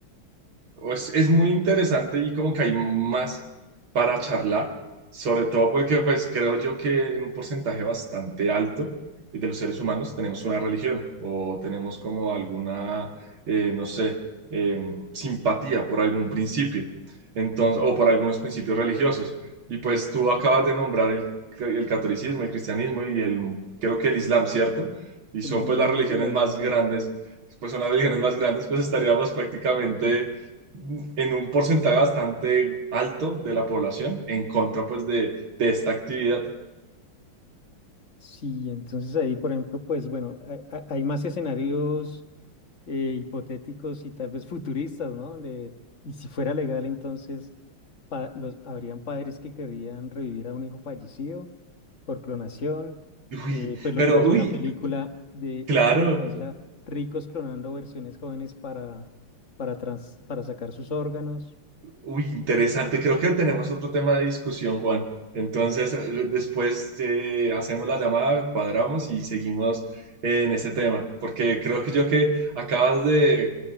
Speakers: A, on the right; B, on the left.
A: Es, es muy interesante y como que hay más para charlar, sobre todo porque pues creo yo que en un porcentaje bastante alto de los seres humanos tenemos una religión o tenemos como alguna, eh, no sé, eh, simpatía por algún principio, entonces, o por algunos principios religiosos. Y pues tú acabas de nombrar el, el catolicismo, el cristianismo y el, creo que el islam, ¿cierto? Y son
B: El islamismo
A: pues las religiones
B: y el Claro. budismo,
A: más
B: sí.
A: grandes, pues son las religiones más grandes, pues estaríamos prácticamente en un porcentaje bastante alto de la población en contra pues de, de esta actividad.
B: Sí, entonces ahí, por ejemplo, pues bueno, ha- ha- hay más escenarios eh, hipotéticos y tal vez futuristas, ¿no? Donde, y si fuera legal, entonces pa- los, habrían padres que querrían revivir a un hijo fallecido por clonación,
A: Uy,
B: eh, pues lo
A: pero
B: que pasó
A: uy,
B: en la película de
A: claro,
B: que tenía la isla ricos clonando versiones jóvenes para, para, trans- para sacar sus órganos.
A: uy, interesante. Creo que tenemos otro tema de discusión, Juan. Entonces, eh, después eh, hacemos la llamada, cuadramos y seguimos eh, en ese tema, porque creo que yo que acabas de,